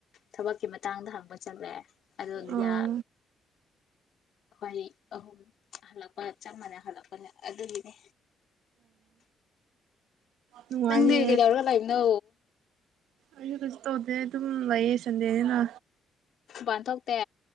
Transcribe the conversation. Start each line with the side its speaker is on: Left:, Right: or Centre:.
Left: ꯊꯕꯛꯀꯤ ꯃꯇꯥꯡꯗ ꯍꯪꯕ ꯆꯠꯂꯦ ꯑꯗꯣ ꯂꯤꯗ
Right: ꯑ ꯑꯣ
Left: ꯈꯣꯏ ꯑꯍꯨꯝ ꯍꯜꯂꯛ ꯆꯞ ꯃꯥꯟꯅꯩ ꯍꯜꯂꯛꯄꯅꯦ ꯑꯗꯨꯒꯤꯅꯦ
Right: ꯅꯨꯡꯉꯥꯏꯅꯦ
Left: ꯅꯪ ꯗꯦ ꯀꯩꯗꯧꯔꯒ ꯂꯩꯥꯕ ꯅꯣ
Right: ꯑꯩ ꯀꯖꯤ ꯇꯧꯗꯦ ꯑꯗꯨꯝ ꯂꯩꯌꯦ ꯁꯟꯗꯦꯅꯤꯅ
Left: ꯃꯄꯥꯟꯊꯣꯛꯇꯦ